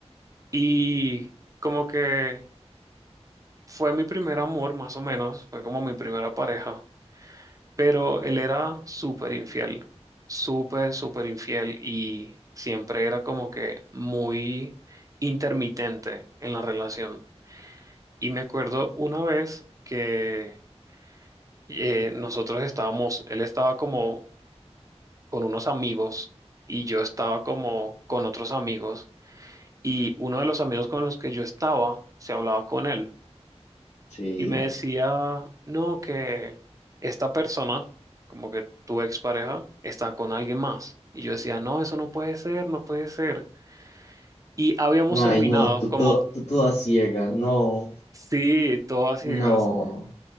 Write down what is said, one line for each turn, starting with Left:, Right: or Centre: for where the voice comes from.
Right: Y como que fue mi primer amor, más o menos, fue como mi primera pareja. pero él era súper infiel, súper, súper infiel y siempre era como que muy intermitente en la relación. Y me acuerdo una vez que eh, nosotros estábamos, él estaba como con unos amigos y yo estaba como con otros amigos y uno de los amigos con los que yo estaba se hablaba con él.
Left: sí.
Right: Y me decía, no, que esta persona, como que tu expareja, está con alguien más. Y yo decía, no, eso no puede ser, no puede ser. Y habíamos
Left: Ay,
Right: terminado,
Left: no, tú,
Right: como,
Left: to- tú toda ciega, no,
Right: sí, todas ciegas.
Left: no.